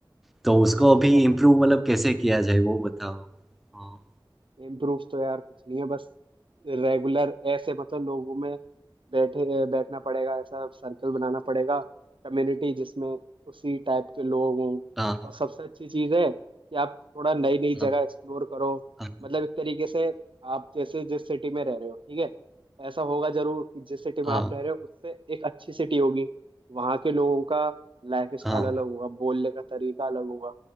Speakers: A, in the centre; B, on the right.
A: तो उसको
B: ये
A: अभी
B: तो है
A: इम्प्रूव
B: मैम
A: मतलब कैसे किया जाए वो बताओ हाँ
B: इम्प्रूव तो यार कुछ नहीं है बस रेगुलर ऐसे मतलब लोगों में बैठे बैठना पड़ेगा ऐसा सर्कल बनाना पड़ेगा कम्युनिटी जिसमें उसी टाइप के लोग हों
A: हाँ
B: और सबसे अच्छी चीज़ है कि आप थोड़ा नई नई
A: हाँ
B: जगह एक्सप्लोर करो
A: हाँ
B: मतलब एक तरीके से आप जैसे जिस सिटी में रह रहे हो ठीक है ऐसा होगा जरूर कि जिस सिटी में
A: हाँ
B: आप रह रहे हो उससे एक अच्छी सिटी होगी वहाँ के लोगों का लाइफ स्टाइल
A: हाँ
B: अलग होगा बोलने का तरीका अलग होगा